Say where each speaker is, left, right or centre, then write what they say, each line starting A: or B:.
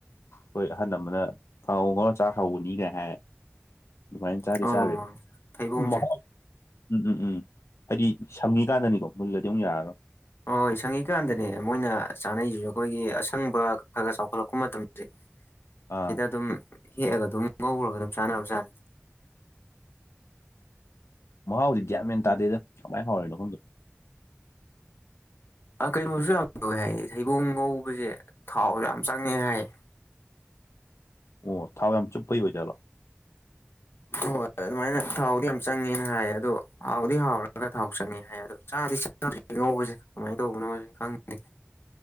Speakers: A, on the left (about 75°); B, on the left (about 55°).
A: ꯍꯣꯏ ꯑꯍꯜ ꯑꯃꯅ ꯀꯥꯡꯉꯧ ꯉꯧꯔ ꯆꯥ ꯍꯧꯕꯅꯤ ꯒꯥꯏ ꯍꯥꯏ ꯑꯗꯨꯃꯥꯏꯅ ꯆꯥꯗꯤ
B: ꯑꯣ
A: ꯆꯥꯔꯤ <unintelligible>
B: ꯊꯩꯕꯣꯡꯁꯦ
A: ꯎꯝ ꯎꯝ ꯎꯝ ꯍꯥꯏꯗꯤ ꯁꯡꯉꯤꯀꯥꯟꯅꯤꯀꯣ ꯃꯗꯨꯗꯗꯤ ꯑꯃꯨꯛ ꯌꯥꯔꯔꯣꯏ
B: ꯍꯣꯏ ꯍꯣꯏ ꯁꯪꯉꯤꯀꯥꯟꯗꯅꯦ ꯃꯣꯏꯅ ꯆꯥꯅꯩꯖꯦ ꯑꯩꯈꯣꯏꯒꯤ ꯑꯁꯪꯕ ꯈꯔ ꯈꯔ ꯆꯥꯎꯈꯠꯂꯛꯄ ꯃꯇꯝ <unintelligible>
A: ꯑꯥ
B: ꯁꯤꯗ ꯑꯗꯨꯝ ꯍꯦꯛꯑꯒ ꯑꯗꯨꯝ ꯉꯧꯔꯒ ꯑꯗꯨꯝ ꯆꯥꯟꯅꯕꯖꯥꯠꯅꯤ
A: ꯃꯍꯥꯎꯖꯦ ꯒ꯭ꯌꯥꯟꯃꯦꯟ ꯇꯥꯗꯦꯗ ꯀꯃꯥꯏ ꯍꯥꯎꯔꯤꯅꯣ ꯈꯪꯗꯦ
B: ꯑ ꯀꯩꯅꯣꯁꯨ ꯌꯥꯝ ꯇꯧꯋꯦ ꯍꯥꯏꯌꯦ ꯊꯩꯕꯣꯡ ꯉꯧꯕꯁꯦ ꯊꯥꯎ ꯌꯥꯝ ꯆꯪꯉꯦ ꯍꯥꯏꯌꯦ
A: ꯑꯣ ꯊꯥꯎ ꯌꯥꯝ ꯆꯨꯞꯄꯩ ꯑꯣꯏꯖꯥꯠꯂꯣ
B: <unintelligible> ꯑꯩꯅ ꯊꯥꯎꯗꯤ ꯌꯥꯝ ꯆꯪꯉꯦꯅ ꯍꯥꯏꯌꯦ ꯑꯗꯣ ꯍꯥꯎꯗꯤ ꯍꯥꯎꯔꯒ ꯊꯥꯎ ꯆꯪꯉꯦ ꯍꯥꯏ ꯑꯗꯣ ꯆꯗꯤ ꯆ ꯉꯧꯕꯁꯦ ꯀꯃꯥꯏꯅ ꯇꯧꯕꯅꯣ ꯈꯪꯗꯦ